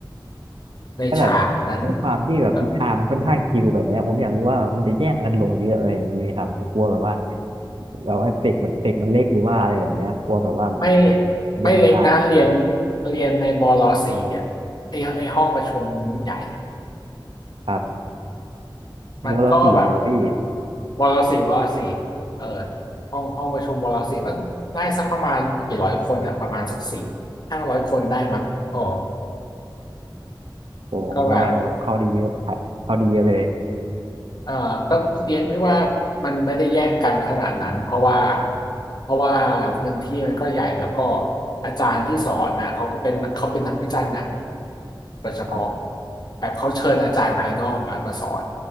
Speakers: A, on the left (about 55°); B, on the right (about 85°).
A: ในฉากนั้น
B: แ้าแบบด้วยความที่แบบวิชามันค่อนข้างชิลแบบเนี้ยผมอยากรู้ว่ามันจะแย่งกันลงเยอะอะไรอย่างนี้ไหมครับกลัวแบบว่า
A: แบบอืม
B: แบบว่าเสกมันเสกมันเล็กหรือว่าอะไรแบบเนี้ยกลัวแบบว่า
A: ไม่
B: ลงไม่ได้
A: ไม่เล็กนะเรียนเรียนในบลสี่อ่ะไอไอห้องประชุมใหญ่อะ
B: ครับโมเราสี่เลยเหรอพี่
A: มันก็แบบบลสี่บลสี่เออห้องห้องประชุมบลสี่ต้องได้สักประมาณกี่ร้อยคนอ่ะประมาณสักสี่ห้าร้อยคนได้มั้งอ๋อ
B: โอ้ผมก็ว่าเราเข้าได้เยอะเข้าได้เยอะเลย
A: ก็แบบ อ่าก็เรียนไม่ว่ามันไม่ได้แย่งกันขนาดนั้นเพราะว่าเพราะว่าพื้นที่มันก็ใหญ่แล้วก็อาจารย์ที่สอนน่ะเขาก็เป็นเขาเป็นนักวิจารณ์หนังโดยเฉพาะ
B: ครับ
A: แบบเขาเชิญอาจารย์ภายนอกมามาสอน